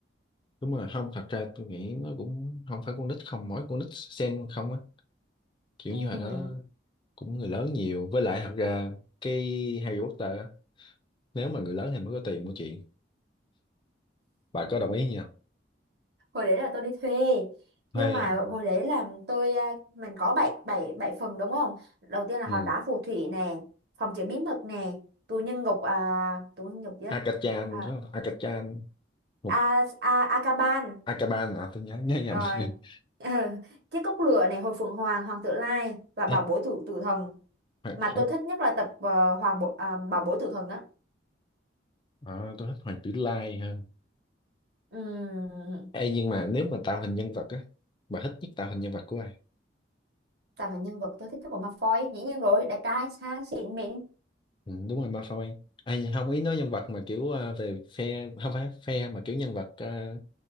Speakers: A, on the left; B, on the right.
A: đúng rồi không thật ra tôi nghĩ nó cũng không phải con nít không mỗi con nít xem không á kiểu
B: ừ.
A: như hồi đó cũng người lớn nhiều với lại thật ra cái Harry Potter á, nếu mà người lớn thì mới có tiền mua chuyện bà có đồng ý nhỉ
B: hồi đấy là tôi đi thuê
A: hay
B: nhưng mà
A: à,
B: hồi đấy là tôi à, mình có bảy bảy bảy phần đúng không đầu tiên là
A: ừ.
B: hòn đá phù thủy nè phòng chứa bí mật nè tù nhân ngục à tù nhân ngục chứ
A: Akachan
B: à,
A: phải không? Akachan một
B: a a Akaban
A: Akaban à tôi nhớ nhớ nhầm
B: rồi
A: <laughs>
B: <laughs> chiếc cốc lửa này hồi phượng hoàng hoàng tử lai và bảo
A: Ê,
B: bối tử tử thần
A: Hoàng-
B: mà
A: hỏi
B: tôi thích nhất là tập ờ, hoàng bộ, à, bảo bối tử thần á
A: à, tôi thích Hoàng Tử Lai hơn
B: Ừm,
A: Ê, nhưng mà nếu mà tạo hình nhân vật á bà thích nhất tạo hình nhân vật của ai
B: tạo thành nhân vật tôi thích nhất của Malfoy dĩ nhiên rồi đẹp trai sang xịn mịn
A: Ừ, đúng rồi Malfoy ai không ý nói nhân vật mà kiểu ờ, về phe không phải phe mà kiểu nhân vật ờ,